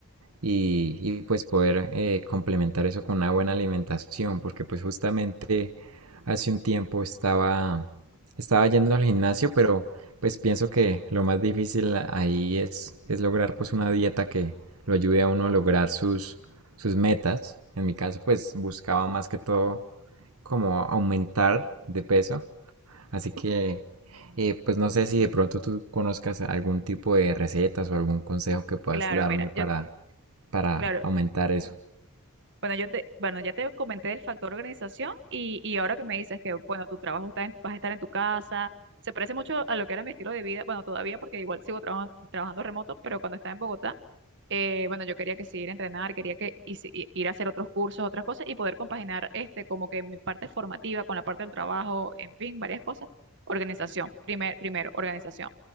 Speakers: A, on the right; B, on the right.
A: y, y, pues poder eh, complementar eso con una buena alimentación, porque pues justamente hace un tiempo estaba, estaba yendo al gimnasio, pero pues pienso que lo más difícil ahí es, es lograr pues una dieta que lo ayude a uno a lograr sus, sus metas. En mi caso pues buscaba más que todo como aumentar de peso, así que eh, pues no sé si de pronto tú conozcas algún tipo de recetas o algún consejo que puedas
B: Claro,
A: darme
B: mira,
A: para
B: yo
A: para
B: Claro,
A: aumentar eso.
B: bueno, yo te, bueno, ya te comenté del factor organización y, y ahora que me dices que, bueno, tu trabajo está en- vas a estar en tu casa, se parece mucho a lo que era mi estilo de vida, bueno, todavía porque igual sigo traba- trabajando remoto, pero cuando estaba en Bogotá, eh, bueno, yo quería que seguir a entrenar, quería que y si- y- ir a hacer otros cursos, otras cosas y poder compaginar este como que mi parte formativa con la parte del trabajo, en fin, varias cosas. Organización, primer, primero, organización